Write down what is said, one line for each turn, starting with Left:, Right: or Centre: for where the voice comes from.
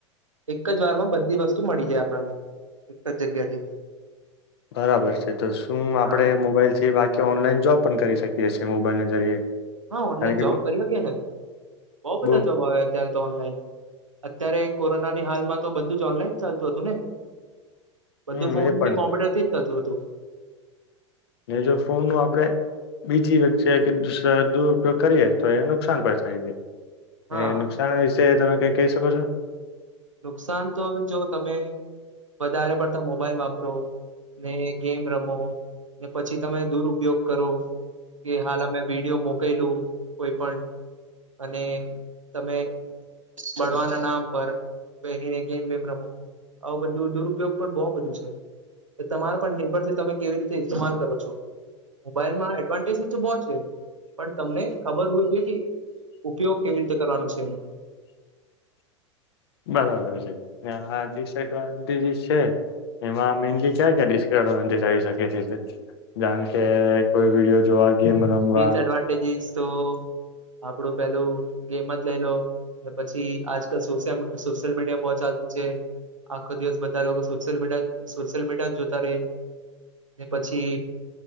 Right: એક જ વાર માં બધી વસ્તુ ધુ મળી જાય આપણને એક જ જગ્યા થી
Left: બરાબર છે તો શું આપડે
Right: હા
Left: મોબાઈલ થી બાકી ઓનલાઈન જોબ પણ કરી શકીએ છીએ મોબાઈલ ના જરીએ
Right: હા ઓનલાઈન
Left: કારણ કે
Right: જોબ કરી હક્યે ને બઉ બધા
Left: બહુ
Right: જોબ આવ અત્યારે તો ઓનલાઈન અત્યારે કોરોના હાલમાં તો બધું જ ઓનલાઈન ચાલતું હતું ને બધું
Left: હમ
Right: ફોન
Left: એ પણ
Right: ને
Left: છે.
Right: કોમ્પ્યુટર થી જ થતું હતું
Left: ને જો ફોન ન આપણે બીજી વખતે કે દુરપયોગ કરીએ તો એને નુકસાન પણ થાઈ જે
Right: હા
Left: એ નુકસાન વિશે તમે ક કહી શકો છો
Right: નુકસાન તો હવે જો તમે વધારે પડતા મોબાઈલ વાપરો ને ગેમ રમો ને પછી તમે દુરપયોગ કરો કે હાલ અમે વિડીયો મોક ગઈલું કોઈ પણ અને તમે બળવાના નામ પર <unintelligible> ગેમ-વેમ રમો આ બધું દુરુપયોગ પણ બહુ બધું છે તમારા પર નિર્ભરથી તમે કેવી રીતે ઇતેમાલ કરો છો. મોબાઈલમાં એડવાન્ટેજ તો બો છે પણ તમને ખબર હોવી જોઈએ કે ઉપયોગ કેવી રીતે કરવાનો છે.
Left: બરાબર છે આ ડિસએડવાન્ટેજસ છે એમાં મેનલી ક્યા ક્યા ડિસએડવાન્ટેજ? શકે છે કારણ કે કોઈ વિડીયો જોવા ગેમ રમવા
Right: ડિસએડવાન્ટેજસ તો આપડું પેલું ગેમ જ લઈ લો પછી આજકાલ સોશ સોશિયલ મીડિયા બહુ ચાલતું છે આખો દિવસ બધા લોકો સોશિયલ મીડિયા સોશિયલ મીડિયા જ જોતા ર રહે ને પછી